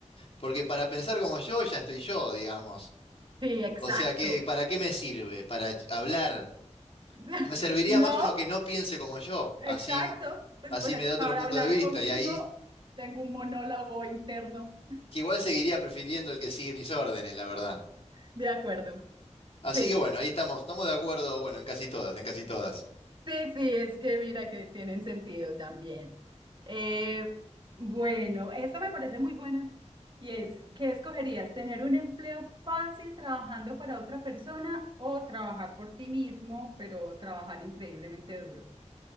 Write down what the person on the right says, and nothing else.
Sí, exacto.
<laughs>
No,
exacto.
Pues
para,
para
hablar
conmigo
tengo un monólogo interno.
De acuerdo.
Sí,
sí, sí, es que mira que tienen sentido también. Eh, bueno, esta me parece muy buena y es, ¿qué escogerías? ¿Tener un empleo fácil trabajando para otra persona o trabajar por ti mismo, pero trabajar increíblemente duro?